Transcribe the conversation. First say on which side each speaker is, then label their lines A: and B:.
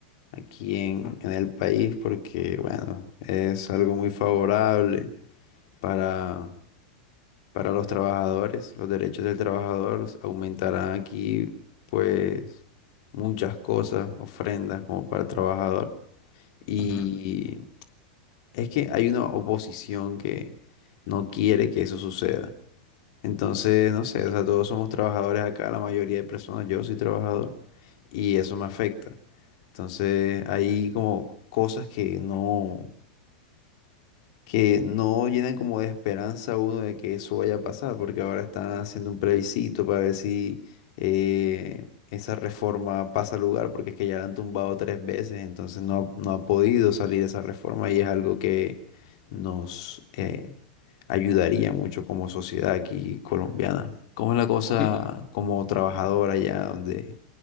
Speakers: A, on the left (about 50°); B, on the left (about 25°).
A: aquí en,
B: Mm,
A: en el país, porque, bueno, es algo muy favorable para para los trabajadores, los derechos del trabajador, aumentarán aquí pues muchas cosas, ofrendas como para el trabajador. Y
B: ujú.
A: es que hay una oposición que no quiere que eso suceda. Entonces, no sé, o sea, todos somos trabajadores acá, la mayoría de personas, yo soy trabajador y eso me afecta. Entonces, hay como cosas que no que no llenan como de esperanza a uno de que eso vaya a pasar, porque ahora están haciendo un plebiscito para ver si eh, esa reforma pasa al lugar, porque es que ya la han tumbado tres veces, entonces no, no ha podido salir esa reforma y es algo que nos eh, ayudaría mucho como sociedad aquí colombiana. ¿Cómo es la cosa
B: Mi-
A: como trabajadora allá donde,